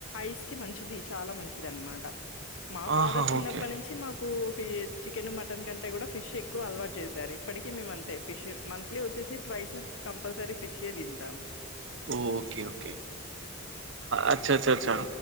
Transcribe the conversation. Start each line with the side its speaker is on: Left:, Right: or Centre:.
Left: ఐస్ కి మంచిది చాలా మంచిది అనమాట మా Father
Right: ఆహా!
Left: చిన్నప్పటి
Right: okay.
Left: నుంచి మాకు ఫ చికెన్ మటన్ కంటే ఫిష్ ఎక్కువ అలవాటు చేశారు ఇప్పటికీ మే అంతే ఫిష్ మంత్లీ వచ్చేసి ట్స్ కంపల్సరీ ఫిష్ తింటాం
Right: ఓ ఓకే ఓకే అచ్చ అచ్చా అచ్చా